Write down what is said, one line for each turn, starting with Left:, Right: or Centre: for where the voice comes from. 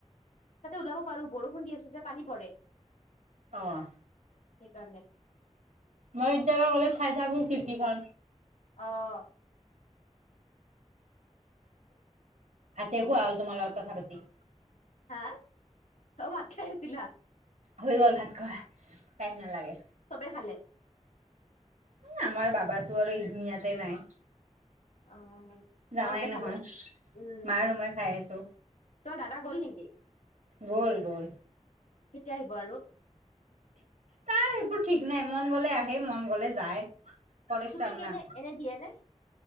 Left: তাতে ওলাব পাৰো বৰষুণ দি আছে যে পানী পৰে।
Right: অ'।
Left: সেইকাৰণে।
Right: মই কেতিয়াবা গলে চাই থাকো খিৰকিখন।
Left: অ'।
Right: ভাতে খোৱা হল তোমাৰ লগত কথা পাতি।
Left: হা ও ভাত খাই আছিলা?
Right: হৈ গ'ল ভাত খোৱা টাইম নালাগে।
Left: চবে খালে?
Right: এ আমাৰ বাবাটো আৰু এই দুনীয়াতে নাই।
Left: অ'
Right: জানাই
Left: মা হতে
Right: নহয়
Left: খালে উম।
Right: মা আৰু মই খাই আছো
Left: তোমাৰ দাদা গ'ল নেকি?
Right: গল-গল।
Left: কেতিয়া আহিব আৰু?
Right: তাৰ একো ঠিক নাই মন গলে আহে মন গলে যায়। ফৰেষ্টাৰ
Left: চুতি কেনে
Right: না
Left: এনে দিয়ে নে?